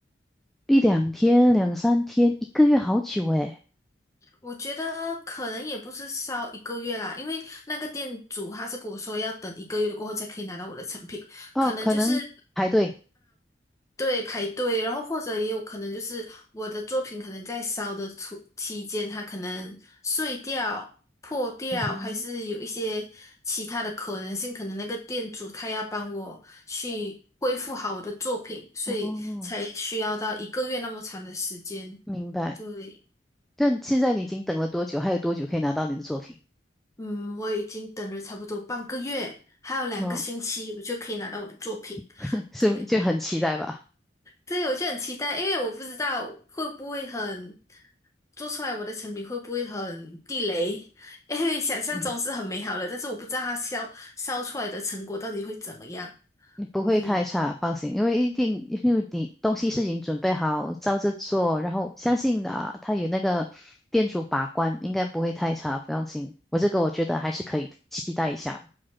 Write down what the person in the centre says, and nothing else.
一两天、两三天、一个月，好久诶。
哦，
可能排队。
嗯
哼，哦，明白。
但现在你已经等了多久？还有多久可以拿到你的作品？
嗯，
<laughs> 是不是就很期待吧？
嗯，
你不会太差，
放心，因为一定，因为你东西是已经准备好，照着做，然后相信啊，他有那个店主把关，应该不会太差，不用心。我这个我觉得还是可以期待一下。